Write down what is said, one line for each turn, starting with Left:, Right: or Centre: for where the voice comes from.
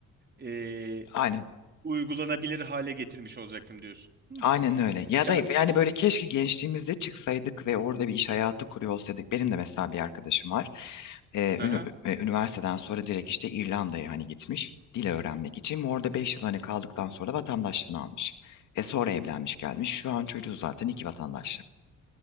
Right: e,
Left: Aynen
Right: uygulanabilir hale getirmiş olacaktım diyorsun. Hmm.
Left: Aynen öyle. Ya
Right: Ya
Left: da yani
Right: iyi.
Left: böyle keşke gençliğimizde çıksaydık ve orada bir iş hayatı kuruyor olsaydık. Benim de mesela bir arkadaşım var. Ee,
Right: Aha.
Left: ünü- e, üniversiteden sonra direkt işte İrlanda'ya hani gitmiş dil öğrenmek için. Ve Orada 5 yıl hani kaldıktan sonra vatandaşlığını almış. E sonra evlenmiş gelmiş. Şu an çocuğu zaten iki vatandaşlı.